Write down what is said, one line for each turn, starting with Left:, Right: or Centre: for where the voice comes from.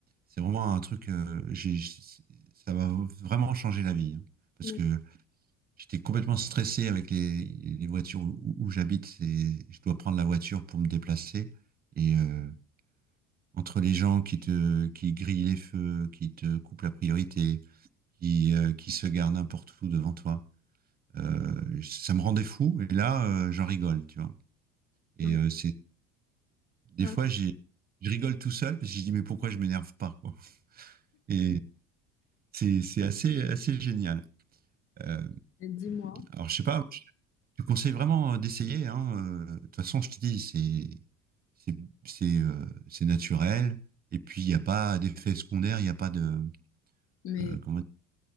Right: c'est vraiment un truc. euh, j'ai- j'ai- ça va vraiment changer la vie. hein. parce
Left: Mais
Right: que j'étais complètement stressé avec les, les voitures où, où j'habite. C'est, je dois prendre la voiture pour me déplacer. Et euh, entre les gens qui te, qui grillent les feux, qui te coupent la priorité, qui, euh, qui se gardent n'importe où devant toi, euh, ça me rendait fou. Et là, euh, j'en rigole, tu vois. Et
Left: mais,
Right: euh, c'est des
Left: ah,
Right: fois, j'ai, je rigole tout seul parce que je dis mais pourquoi je m'énerve pas, quoi. Et c'est c'est assez, assez génial. Euh,
Left: dis-moi,
Right: alors, je sais pas, je te conseille vraiment euh, d'essayer, hein. euh, De toute façon, je te dis, c'est c'est c'est euh, c'est naturel. Et puis, il n'y a pas d'effet secondaire, il n'y a pas de...
Left: mais
Right: euh, comment dire